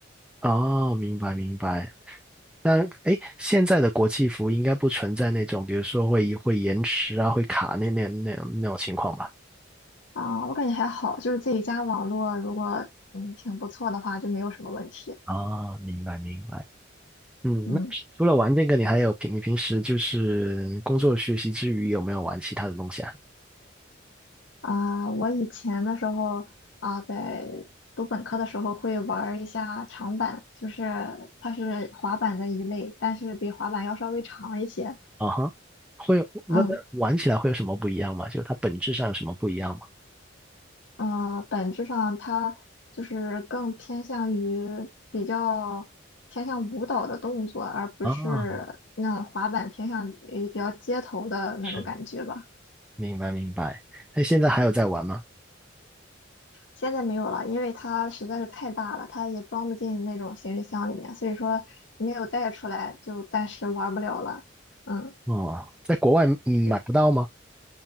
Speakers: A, in the centre; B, on the left (about 70°).
A: 哦，明白明白，当然，哎，现在的国际服应该不存在那种，比如说会会延迟啊，会卡那那那种那种情况吧？
B: 啊，我感觉还好，就是自己家网络如果嗯挺不错的话，就没有什么问题。
A: 啊，明白明白。嗯，
B: 嗯
A: 那除了玩这个，你还有平你平时就是工作学习之余有没有玩其他的东西啊？
B: 啊，我以前的时候啊，在读本科的时候会玩儿一下长板，就是它是滑板的一类，但是比滑板要稍微长一些。
A: 啊哈，会有那那玩起来会有什么不一样吗？
B: 嗯
A: 就它本质上有什么不一样吗？
B: 呃，本质上它就是更偏向于比较偏向舞蹈的动作，而不是那种滑板偏向于比较街头的那种感觉吧。
A: 啊，是，明白明白。那现在还有在玩吗？
B: 现在没有了，因为它实在是太大了，它也装不进那种行李箱里面，所以说没有带出来，就暂时玩不了了。嗯，
A: 哦，在国外嗯买不到吗？
B: 对，